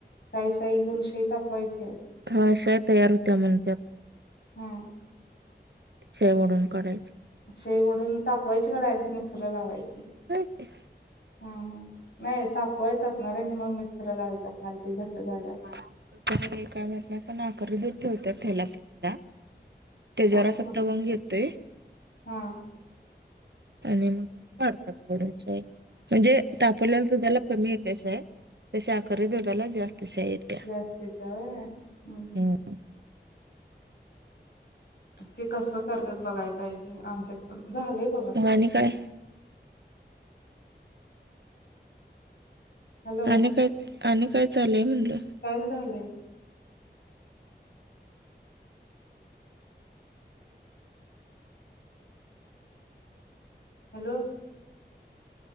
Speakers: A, on the left; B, on the right.
A: साई सई शई तापवायची.
B: हा अशाय तयार होत्या म्हणतत.
A: हा
B: शाई वडून काढायची.
A: शाई ओडून तापवायचे का डायरेक्ट मिक्सरला लावायचे.
B: <inaudible>
A: हा ह नाही तापवायचं असणार आहे आणि मग मिक्सर ला लावायचं असणार आहे ते घट्ट झाल्यावर.
B: कसं ह काय माहित नाही पण आकारी दूध ठेवत त्याला त्याला. त्याच्यावर
A: अच्छा.
B: असा तवंग येतोय.
A: हा
B: आणि मग ते काढता ओडून शाई म्हणजे तापलेला तू त्याला कमी येते शाई. तशी आखरी दुधाला जास्त. शाई येत्या.
A: जास्तीतव हम् हम्
B: हम्म.
A: ते कसं करतात बघाय पाहिजे आमच्यात पण झालंय बघा.
B: मग आणि काय
A: हॅलो
B: आणि काय आणि काय चालय म्हणलं.
A: टाइम झालंय हॅलो!